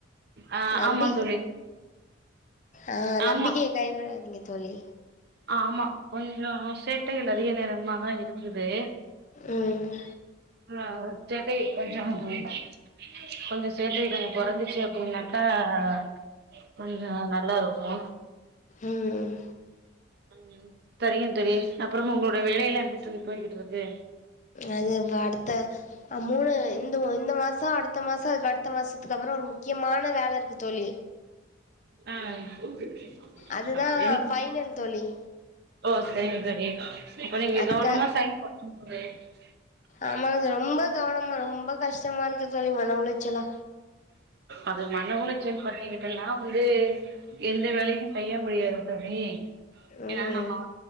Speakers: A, on the right (about 55°); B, on the left (about 40°).
A: ஆ
B: நம்பி
A: ஆமா தோழி
B: ஆஹ்
A: ஆமா
B: நம்பிக்கைய கைவிடாதீங்க தோழி
A: ஆமா கொஞ்சோ சேட்டைகள் அதிக நேரமாதா இருக்குது
B: ம்
A: ஆஹ் சேட்டை கொஞ்சோ-கொஞ்சோ சேட்ட கொஞ்சம் கொரஞ்சுடுச்சு அப்டின்னா ஆ ஆ ஆ கொஞ்சோ நல்லாருக்கு
B: உம்
A: ம் தெரியுந் தெரியு அப்றம் உங்களுடைய வேலையெல்லா எப்டி தோழி போயிட்ருக்கு
B: அது அடுத்த மூணு இந்த இந்த மாசோ அடுத்த மாசோ அதுக்கடுத்த மாசத்துக்கு அப்புறோ ஒரு முக்கியமான வேலயிருக்கு தோழி
A: ஆஹ் <unintelligible>
B: அதுதா ஃபைனல் தோழி
A: ஓ செரிங்க செரி <unintelligible> அப்ப நீங்க
B: அதுக்கா
A: கவனமா செயல்பட்றனு தோழி <unintelligible>
B: ஆமாங்க அது ரொம்ப கவனமா ரொம்ப கஷ்டமா இருக்கு தோழி மன உளைச்சலா
A: அது மன உளைச்சல் <unintelligible> வந்து எந்த வேலையோ செய்ய முடியாது தோழி
B: ம்
A: ஏன்னா நம்ம